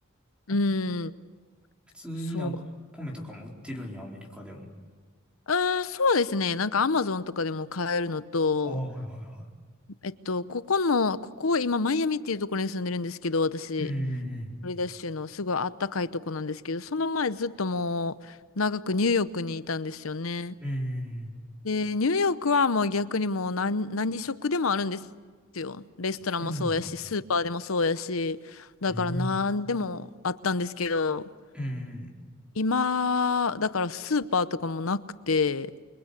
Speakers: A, in the centre; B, on the left.
A: <laughs>
B: う
A: あ
B: ん。
A: 普通になんか米とかも売ってるんや、
B: そう。
A: アメリカでも。
B: うーん、そうですね。なんかアマゾンとかでも買えるのと、
A: ああ、はいはいは
B: えっと、ここの、ここ今マイアミっていうところに住んでるんですけど、私、
A: いうん、
B: フロリダ州のすごいあったかいとこなんですけど、その前ずっともう長くニューヨークにいたんですよね。
A: うんうん、うんい。
B: で、ニューヨークはもう逆にもう何、何食でもあるんですよ。レストランもそうやし、
A: あ、そうなんや。
B: スーパーでもそうやし、だから何でもあったんですけど、
A: うんうん。
B: 今、だからスーパーとかもなくて、